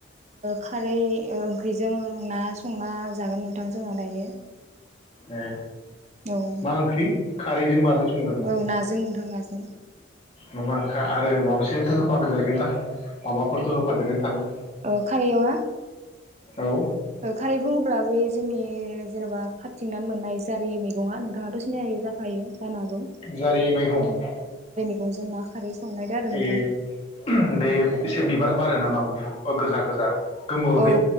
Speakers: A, on the right; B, on the left.
A: खारै ओंख्रिजों ना संना जागोन नोंथां जोंहा दायो।
B: ए
A: औ
B: मा ओंख्रि? खारैजों माजों संगोन
A: औ नाजों नोंथां नाजों।
B: नङा खा आरो माबासेथ होफाफदेरगोन ना माबाफोरथ होफादेरनाय थागोन।
A: औ खारैयाव ना
B: औ
A: खारै बुङोब्ला बे जोंनि जेनबा खाथिं नानै मोननाय जारि मैगङा नोंथाङाथ सिनाय जाखायो जानो हागौ
B: जारि मैगं।
A: गंजों ना खारै संनायदो आरो नोंथां
B: ए बे एसे बिबार बारो नामा गुफुर ओ गोजा गोजा। गोमोहै
A: औ